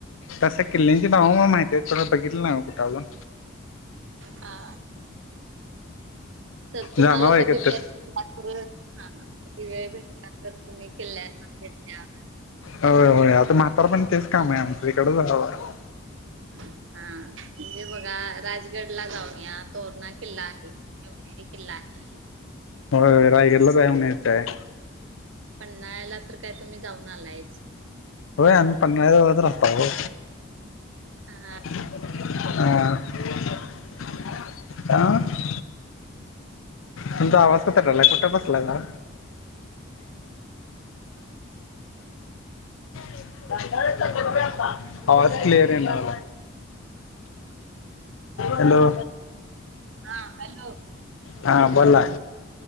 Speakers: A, on the left; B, on the right.
A: तसं किल्ल्यांची नाव मला माहितये सगळं बघितलं नाय वो कुठं अजून.
B: हा तर तुम्हाला
A: जाणार आहे
B: कधी
A: एकत्र
B: <unintelligible> <inaudible> ातर हा किती वेळ भेटला तर तुम्ही किल्ल्यांना भेट दया
A: होय होय आता म्हातार पण तेच काम आहे आमचं इकडच राहवाक
B: ह <inaudible> हा म्हणजे बघा राजगड ला जाऊन या तोरणा किल्ला आहे. शीवनेरी किल्ला आहे.
A: व्हयं रायगडला जाऊन येता आहे
B: पन्हाळा ला तर काय तुम्ही जाऊन आलायच.
A: होय आम्ही पन्हाळ्यालाच राहता ओ.
B: हा हा!
A: हा आ! तुमचा आवाज <unintelligible> कुठ बसला सा. <inaudible> आवाज क्लिअर <inaudible> लागला हॅलो!
B: हा हॅलो!
A: हां बोला.